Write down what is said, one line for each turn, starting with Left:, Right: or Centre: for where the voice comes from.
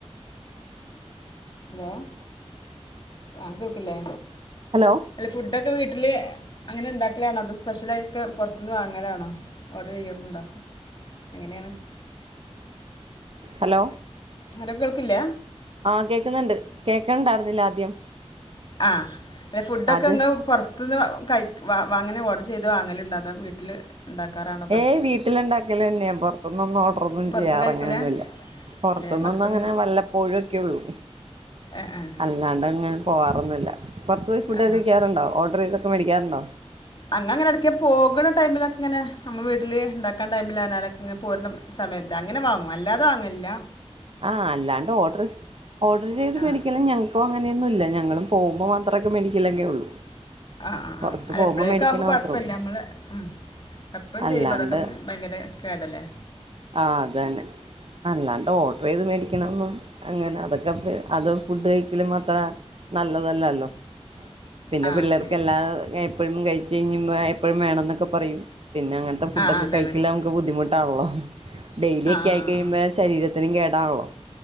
Left: ഹലോ ആ കേൾക്കില്ലേ
Right: ഹലോ
Left: അല്ല ഫുഡൊക്കെ വീട്ടില് അങ്ങനെ ഉണ്ടാക്കലാണോ അത് സ്പെഷ്യലായൊക്കെ പുറത്തൂന്ന് വാങ്ങലാണോ ഓർഡറ് ചെയ്യലുണ്ടോ എങ്ങനെയാണ്
Right: ഹലോ
Left: ഹലോ കേൾക്കില്ല
Right: ആ കേക്കുന്നുണ്ട് കേക്കണ്ടായിരുന്നില്ല ആദ്യം
Left: ആഹ് അല്ല ഫുഡൊക്കെ
Right: ആദ്യം
Left: അങ്ങള് പുറത്തുനിന്ന് കൈ വാങ്ങനെ ഓഡർ ചെയ്ത് വാങ്ങലുണ്ടോ അതോ വീട്ടില് ണ്ടാക്കാറാണോ
Right: ഏയ് വീട്ടിലുണ്ടാക്കലന്നെയാ പുറത്തൂന്നൊന്നും ഓർഡർ ഒന്നും
Left: പുറത്ത്
Right: ചെയ്യാറ്
Left: കഴിക്കൂല
Right: അങ്ങനൊന്നൂല്ല പൊറത്തൂന്നൊന്ന്
Left: അല്ലേ മക്കൾക്ക്
Right: അങ്ങനെ വല്ലപ്പോഴൊക്കെള്ളൂ
Left: ആഹ് ആഹ്
Right: അല്ലാണ്ട് ഇങ്ങനെ പോവാറൊന്നില്ല പൊറത്ത് പോയി ഫുഡ്
Left: ആ
Right: ഒക്കെ കഴിക്കാറുണ്ടോ ഓർഡർ ചെയ്തൊക്കെ മേടിക്കാറുണ്ടോ
Left: അന്നങ്ങനെ ഇടയ്ക്ക് പോകണ ടൈമിലൊക്കെ ഇങ്ങനെ നമ്മ വീട്ടിൽ ഇണ്ടാക്കാൻ ടൈമില്ലാലാലൊക്കെ ഇങ്ങ് പോരുന്ന സമയത്ത് അങ്ങനെ വാങ്ങും അല്ലാതെ വാങ്ങില്ല
Right: ആ അല്ലാണ്ട് ഓർഡർ ഓഡർ ചെയ്ത്
Left: ആ
Right: മേടി ക്കലും ഞങ്ങക്കും അങ്ങനെയൊന്നുംല്ല ഞങ്ങളും പോവുമ്പോ മാത്രക്കെ മേടിക്കലന്നേ ഉള്ളൂ
Left: ആഹ് ആഹ്
Right: പുറത്ത്
Left: ആഹ് അല്ല
Right: പോകുമ്പോൾ
Left: എപ്പളേക്കെ
Right: മേടിക്കണ
Left: ആവുമ്പോ കൊഴപ്പില്ല
Right: മാത്രേ ഉള്ളൂ
Left: നമ്മള് ഉം എപ്പോം
Right: അല്ലാണ്ട്
Left: ചെയ്യുമ്പോ അതൊക്കെ ഭയങ്കര കേടല്ലേ
Right: ആഹ് അതന്നെ അല്ലാണ്ട് ഓർഡർ ചെയ്ത് മേടിക്കണൊന്നും അങ്ങനെ അതൊക് ക്കെ അത് ഫുഡ് കഴിക്കലും അത്ര നല്ലതല്ലാല്ലോ പിന്നെ
Left: ആ
Right: പിള്ളേർക്ക്
Left: ശരിയാണ്
Right: എല്ലാ എപ്പഴും കഴിച്ചു കഴിഞ്ഞ്മ്മാ എപ്പഴും വേണംന്നൊക്കെ പറയും പിന്നങ്ങനത്തെ ഫുഡ്
Left: ആ ആ,
Right: ഒക്കെ
Left: അതാണ്
Right: കഴിക്കല് നമുക്ക് ബുദ്ധിമുട്ടാണല്ലോ ഡെയിലി
Left: ആ
Right: ഒക്കെ
Left: ആ
Right: ആയി
Left: ആ
Right: കഴിയുമ്പോ
Left: ആ
Right: ശരീരത്തിനും കേടാൺള്ളോ